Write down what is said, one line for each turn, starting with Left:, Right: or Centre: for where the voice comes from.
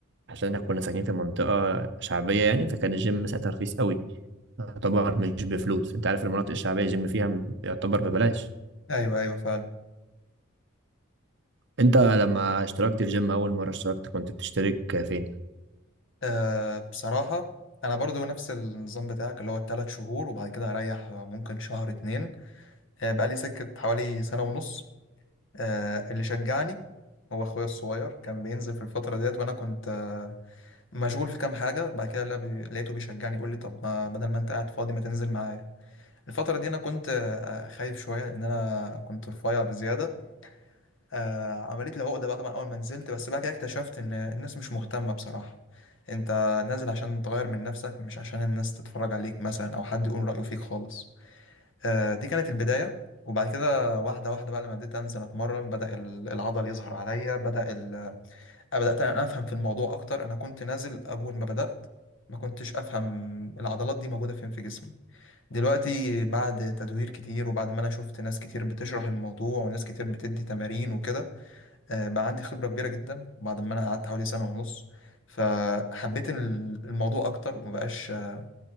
Right: عشان احنا كنا ساكنين في منطقة شعبية يعني فكان الجيم ساعتها رخيص قوي يعتبر مش بفلوس انت عارف المناطق الشعبية الجيم فيها م- يعتبر ببلاش
Left: ايوه ايوه فعلا
Right: انت لما اشتركت في جيم اول مرة اشتركت كنت بتشترك فين
Left: أه بصراحه انا برضو نفس النظام بتاعك اللي هو الثلاث شهور وبعد كده هريح آه، ممكن شهر اتنين أه بقى لي سكه حوالي سنه ونص أه اللي شجعني هو اخويا الصغير كان بينزل في الفتره ديت وانا كنت آه، مشغول في كام حاجه بعد كده لا بي- لقيته بيشجعني يقول لي طب ما بدل ما انت قاعد فاضي ما تنزل معايا الفترة دي أنا كنت آه، خايف شوية لأن أنا كنت رفيع بزيادة آه، عملت لي عقدة بقى طبعا أول ما نزلت بس بعد كده اكتشفت إن الناس مش مهتمة بصراحة أنت نازل عشان تغير من نفسك مش عشان الناس تتفرج عليك مثلا أو حد يقول رأيه فيك خالص آه، دي كانت البداية وبعد كده واحدة واحدة بقى لما بديت أنزل أتمرن بدأ ال- العضل يظهر عليا بدأ ال... آه، بدأت أنا أفهم في الموضوع أكتر أنا كنت نازل أول ما بدأت ما كنتش أفهم العضلات دي موجودة فين في جسمي دلوقتي بعد تدوير كتير وبعد ما انا شفت ناس كتير بتشرح الموضوع وناس كتير بتدي تمارين وكده آه، بقى عندي خبرة كبيرة جدا وبعد ما انا قعدت حوالي سنة ونص فحبيت ال- الموضوع اكتر ومبقاش آه،